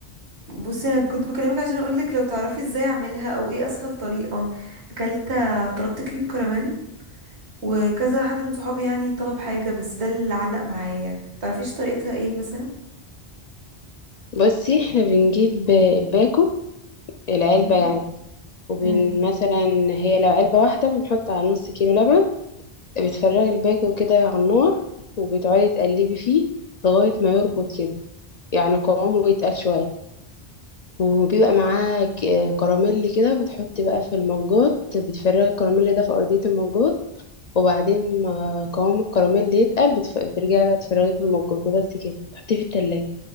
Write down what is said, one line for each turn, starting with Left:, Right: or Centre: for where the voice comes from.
Right: بصي أنا كنت بكلمك عشان أقولك لو تعرفي ازاي أعملها أو ايه أسهل طريقة أكلت آه، طلبت كريم كراميل وكذا حد من صحابي يعني طلب حاجة بس ده اللي علق معايا تعرفيش طريقتها ايه مثلا؟
Left: بصي احنا بنجيب الباكو العلبة
Right: مم.
Left: يعني وبن
Right: مم.
Left: مثلا هي لو علبة واحدة بنحط على نص كيلو لبن بتفرغي الباكو كده على النار وبتقعدي تقلبي فيه لغاية ما يربط كده يعني قوامه يتقل شوية وبيبقى معاه ك- كراميل كده بتحطي بقى في المجات بتفرغي الكراميل ده في أرضية المجات وبعدين ما قوام الكراميل يتقل بتف- بترجعي بقى تفرغيه في المجات وبس كده تحطيه في التلاجة